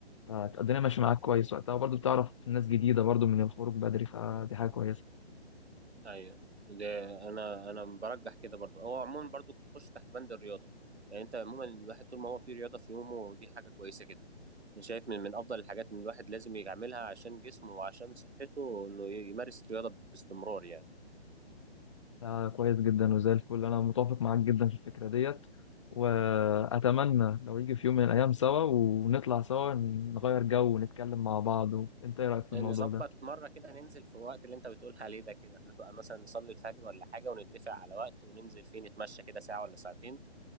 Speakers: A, on the left; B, on the right.
A: فالدنيا ماشية معاك كويس وقتها وبرضو بتعرف ناس جديدة برضو من الخروج بدري فدي حاجة كويسة
B: ايوه ده انا انا برجح كده برضو هو عموما برضو تخش تحت بند الرياضه يعني انت عموما الواحد طول ما هو في رياضه في يومه دي حاجه كويسه جدا انا شايف من من افضل الحاجات ان الواحد لازم يعملها عشان جسمه وعشان صحته انه يمارس رياضه باستمرار يعني
A: ده كويس جدا وزي الفل أنا متوافق معاك جدا في الفكرة ديت وأتمنى لو يجي في يوم من الأيام سوا ونطلع سوا نغير جو ونتكلم مع بعض وأنت إيه رأيك في
B: نظبط
A: الموضوع ده؟
B: مرة كده ننزل في الوقت اللي انت بتقول عليه ده كده نبقى مثلا نصلي الفجر ولا حاجة ونتفق على وقت وننزل فيه نتمشى كده ساعة ولا ساعتين